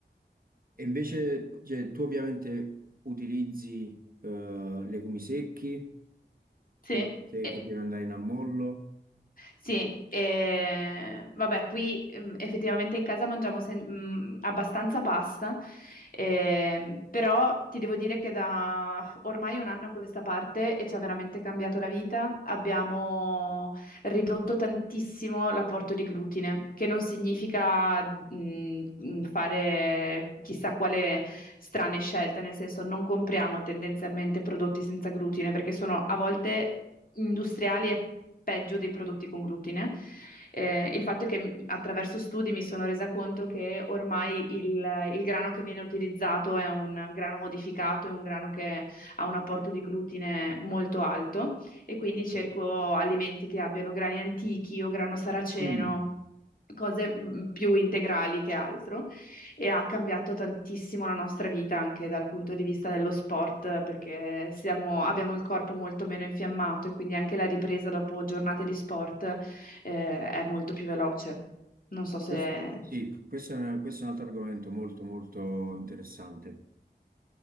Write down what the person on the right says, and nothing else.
e invece, cioè, tu ovviamente utilizzi eh, legumi secchi,
quindi te
che deve andare in ammollo.
Mm.
Questo- sì, questo è, un questo è un altro argomento molto molto interessante,